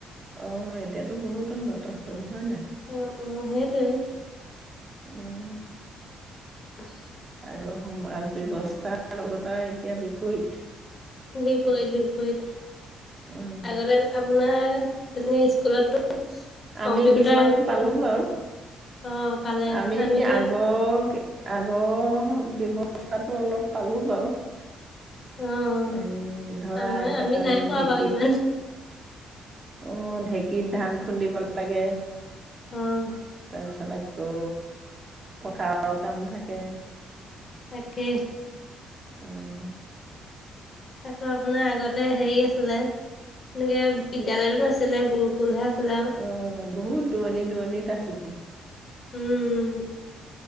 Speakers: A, on the right; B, on the left.
A: অঁ এতিয়াতো বহুত উন্নত হ'ল। হয় নাই?
B: অঁ সেইটোয়ে।
A: উম
B: <inaudible>
A: আগৰ সমাজ ব্যৱস্থাৰ লগত আৰু এতিয়া বিপৰীত
B: বিপৰীত বিপৰীত
A: উম,
B: আগতে আপোনাৰ তেনেকে স্কুলতো কম্পিউটাৰ
A: আমি কিছুমান
B: সেইবোৰ
A: পালো বাৰু।
B: অ', পালে
A: আমি
B: আমিতো
A: আগৰ আগৰ ব্যৱস্থাটো অলপ পালো বাৰু।
B: অ',
A: এই ধৰা
B: আমাৰ
A: আগতে আমি
B: নাই পোৱা
A: ঢেঁকীত
B: বাৰু ইমান
A: অঁ ঢেঁকীত ধান খুন্দিব লাগে।
B: অ',
A: তাৰপিছত আকৌ পথাৰৰ কাম থাকে।
B: একেই।
A: অঁ।
B: আকৌ বোলে আগতে হেৰি আছিলে এনেকে বিদ্যালয়টো নাছিলে গুৰুকুল হে আছিলে আৰু।
A: অঁ বহুত দূৰণি দূৰণিত আছিলে।
B: উম